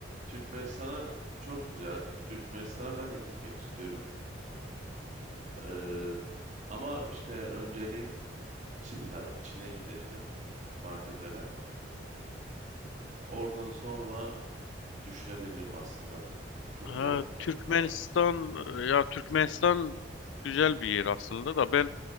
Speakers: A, on the right; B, on the left.
A: Türkmenistan'a çok güzel. Türkmenistan'a ben de gitmek istiyorum. Ee, ama işte önceliğim Çin tarafı. Çin'e gideceğim. Maldivlere. Oradan sonra düşünebilirim aslında. Çok
B: Ha,
A: iyi hatırlattın
B: Türkmenistan
A: bana.
B: e, ya Türkmenistan güzel bir yer aslında da ben